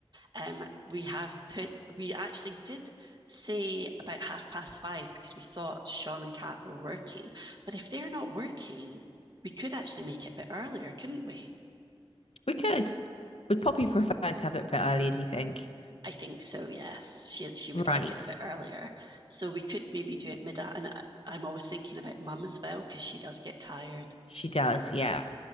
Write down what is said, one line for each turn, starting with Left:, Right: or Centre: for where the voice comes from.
Right: Um, we have put, we actually did say about half past five because we thought Sean and Kat were working. But if they're not working, we could actually make it a bit earlier, couldn't we?
Left: We could. Would Poppy prefer to have it a bit earlier, do you think?
Right: I think so, yes. She, she would
Left: Right.
Right: like it a bit earlier. So we could maybe do it mid And I- I'm always thinking about mum as well because she does get tired.
Left: She does, yeah.